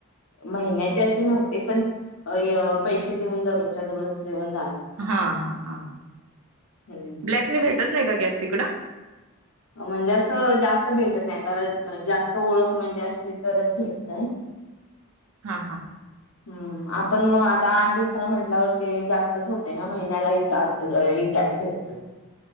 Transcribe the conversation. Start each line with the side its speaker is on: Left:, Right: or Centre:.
Left: महिन्याचे अशे नव्हते पण पैशे <unintelligible>
Right: हा हा हा,
Left: हम्म
Right: ब्लॅक ने भेटत नाही का गॅस तिकड?
Left: म्हणजे अस जास्त भेटत नाय आता जास्त ओळख म्हणजे असली तरच भेटतय. <inaudible>
Right: हा हा.
Left: हम्म आपण मग आता आठ दिवसाला म्हटल्यावर ते जास्तच होते ना महिन्याला एक गॅस भेटतोय.